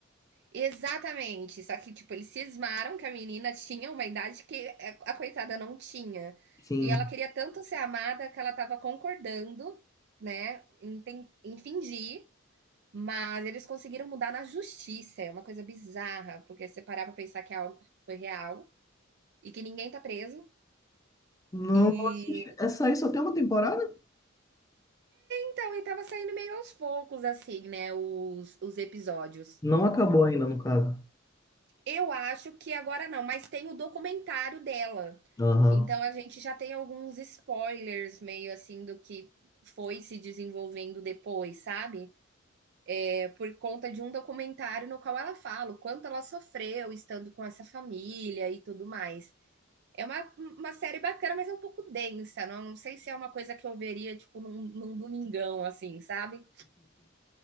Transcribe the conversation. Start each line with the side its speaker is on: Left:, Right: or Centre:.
Right: Exatamente. Só que, tipo, eles cismaram que a menina tinha uma idade que a a coitada não tinha.
Left: Sim.
Right: E ela queria tanto ser amada que ela tava concordando, né, em, ten- em fingir, mas eles conseguiram mudar na justiça. É uma coisa bizarra, porque se você parar pra pensar que é algo que foi real e que ninguém tá preso.
Left: Nossa,
Right: E
Left: essa aí só tem uma temporada?
Right: Então, e tava saindo meio aos poucos, assim, né, os, os episódios.
Left: Não acabou ainda, no caso.
Right: Eu acho que agora não, mas tem o documentário dela.
Left: Aham.
Right: Então a gente já tem alguns spoilers meio assim do que foi se desenvolvendo depois, sabe? É por conta de um documentário no qual ela fala o quanto ela sofreu estando com essa família e tudo mais. É uma, uma série bacana, mas é um pouco densa. Não, não sei se é uma coisa que eu veria, tipo, num, num domingão, assim, sabe?